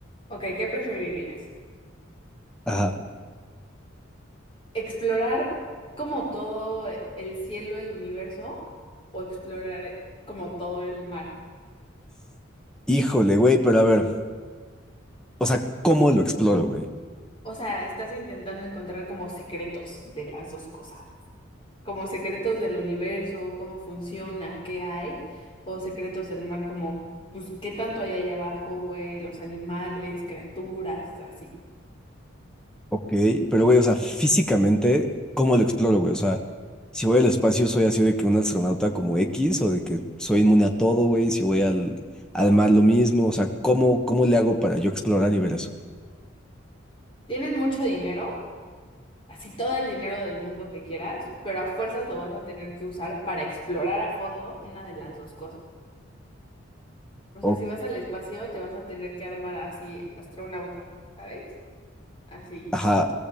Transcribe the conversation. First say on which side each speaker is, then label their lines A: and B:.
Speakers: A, on the left (about 25°); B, in the centre.
A: Ok, ¿qué preferirías?
B: Ajá.
A: ¿Explorar como todo el cielo, el universo, o explorar como todo el mar?
B: Híjole, güey, pero a ver, o sea, ¿cómo lo exploro, güey?
A: O sea, estás intentando encontrar como secretos de las dos cosas, como secretos del universo, cómo funciona, qué hay, o secretos del mar, como, pues, qué tanto hay ahí abajo, güey, los animales, criaturas, así.
B: Ok, pero güey, o sea, físicamente, ¿cómo lo exploro, güey? O sea, si voy al espacio, ¿soy así de que un astronauta como X o de que soy inmune a todo, güey? Si voy al, al mar, lo mismo, o sea, ¿cómo, cómo le hago para yo explorar y ver eso?
A: ¿Tienes mucho dinero? así todo el dinero del mundo que quieras, pero a fuerzas lo vas a tener que usar para explorar a fondo una de las dos cosas. O sea,
B: Ok,
A: si vas al espacio, te vas a tener que armar así astronauta, ¿sabes? Así.
B: ajá,